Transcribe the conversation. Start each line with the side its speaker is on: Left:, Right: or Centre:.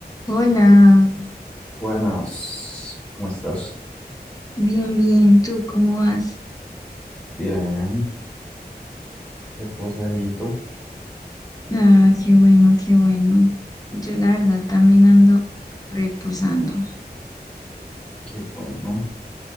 Left: Hola,
Centre: Buenas, ¿cómo estás?
Left: bien, bien, ¿tú cómo vas?
Centre: Bien, reposadito,
Left: Ah, qué bueno, qué bueno. Yo la verdad también ando reposando.
Centre: qué bueno.